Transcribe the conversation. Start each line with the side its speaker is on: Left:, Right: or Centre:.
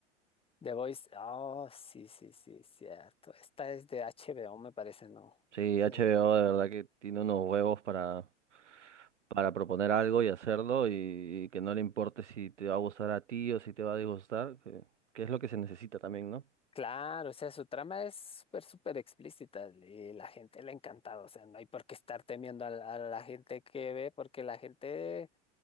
Left: The Voice, oh, sí, sí, sí, cierto. Esta es de HBO, me parece, ¿no?
Right: Sí, HBO
Left: Eh,
Right: de verdad que tiene unos huevos para, para proponer algo y hacerlo y, y que no le importe si te va a gustar a ti o si te va a disgustar, que, que es lo que se necesita también, ¿no?
Left: Claro, o sea, su trama es súper, súper explícita y la gente le ha encantado, o sea, no hay por qué estar temiendo a, la a la gente que ve, porque la gente